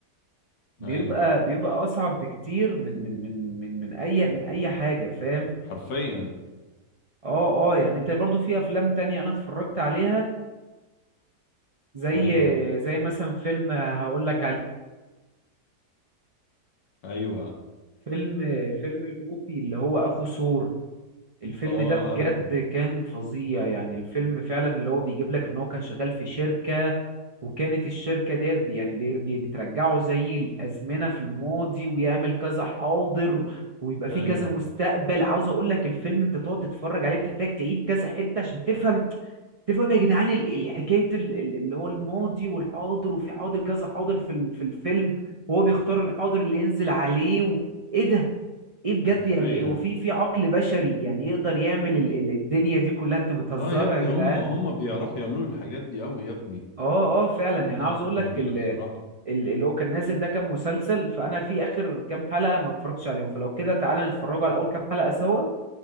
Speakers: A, on the right (about 50°); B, on the left (about 85°).
A: بيبقى
B: ايوه
A: بيبقى اصعب بكتير من من من من من اي من اي حاجه فاهم
B: حرفيا
A: اه اه يعني انت برضو في افلام تانية انا اتفرجت عليها زي
B: ايوه
A: زي مثلا فيلم هقول لك عليه
B: ايوه
A: فيلم فيلم لوفي اللي هو اخو ثور الفيلم
B: اه
A: ده بجد
B: عارفه
A: كان فظيع يعني الفيلم فعلا اللي هو بيجيب لك ان هو كان شغال في شركة وكانت الشركة ديت بي- يعني بي- بي- بترجعه زي الازمنة في الماضي ويعمل كذا حاضر ويبقى فيه
B: ايوه
A: كذا مستقبل عاوز اقول لك الفيلم انت تقعد تتفرج عليه بتحتاج تعيد كذا حتة عشان تفهم تفهم يا جدعان ال- ال- حكايه ال- ال- اللي هو الماضي والحاضر وفي حاضر كذا حاضر في ال- في الفيلم وهو بيختار الحاضر اللي ينزل عليه و... ايه ده ايه بجد
B: حرفيا
A: يعني هو في في عقل بشري يعني يقدر يعمل ال- ال- الدنيا دي كلها انتوا بتهزروا
B: اه يا ابني
A: يا جدعان
B: هم هم بيعرفوا يعملوا الحاجات دي قوي يا ابني
A: اه اه فعلا
B: الافلام
A: يعني
B: بتاعتهم
A: عاوز اقول لك
B: جميله
A: ال-
B: الصراحه
A: ال- اللي هو كان نازل ده كان مسلسل فانا في اخر كام حلقه ما اتفرجتش عليهم فلو كده تعالى نتفرجوا على اول كام حلقه سوا